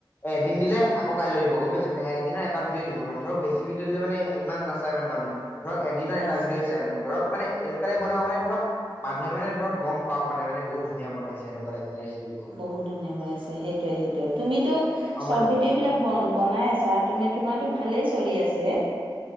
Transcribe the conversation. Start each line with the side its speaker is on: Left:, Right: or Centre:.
Left: এ এদিন দিলে আকৌ কাইলৈ দিব গম পাইছ মে এদিনৰ এটা ভিডিঅ' দিবা মানে ধৰক বেছি ভিডিঅ' দিলে মানে ইমান নচাই মানে। মানুহে ধৰক এদিনৰ
Right: নাচা
Left: এটা ভিডিঅ'ই চাই মানে ধৰক। মানে এনেকুৱা টাইপ বনাব মানে ধৰক মানুহে মানে ধৰক গম পাওঁক মানে, মানে বহুত ধুনীয়া বনাইছে এনেকুৱা টাইপ। মানে ৰেচিপি দিব
Right: বহুত ধুনীয়া বনাইছে সেইটোৱে, সেইটোশে। তুমিতো
Left: অ
Right: চৰ্ট
Left: মানে
Right: ভিডিঅ'বিলাক বনাই আছা, তুমি তোমাৰ ভালেই চলি আছে।